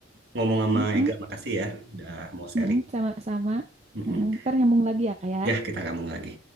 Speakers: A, on the right; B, on the right.
A: ngomong sama
B: Heeh,
A: Ega. Makasih ya udah mau sharing.
B: heeh, sama-sama.
A: Mm-mm.
B: Heeh, ntar nyambung lagi ya, Kak ya.
A: Ya, kita ngomong lagi.